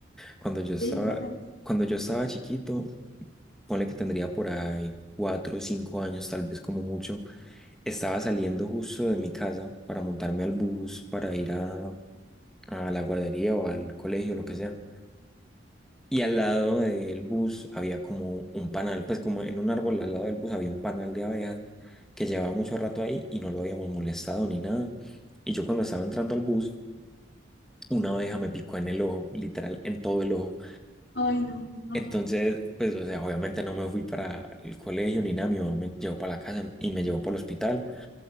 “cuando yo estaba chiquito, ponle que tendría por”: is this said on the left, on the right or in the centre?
Centre